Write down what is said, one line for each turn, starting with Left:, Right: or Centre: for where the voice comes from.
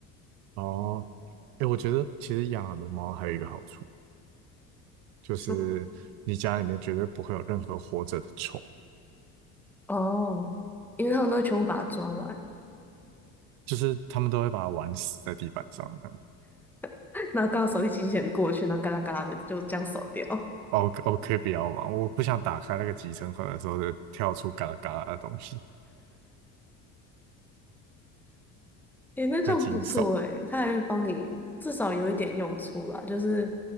Right: 哦，哎，我觉得其实养很多猫还有一个好处，就是你家里面绝对不会有任何活着的虫。
Centre: 说哦，因为他们都会全部把它抓完，
Right: 就是他们都会把它玩死在地板上这样。
Centre: <laughs> 然后刚好手一机器人过去，然后嘎啦嘎啦的就这样扫掉。
Right: 哦，o 哦，可以不要玩，我不想打开那个集成盒的时候就跳出嘎啦嘎啦的东西，
Centre: 诶，那这样不错诶，
Right: 太惊悚。
Centre: 他还会帮你至少有一点用处啦，就是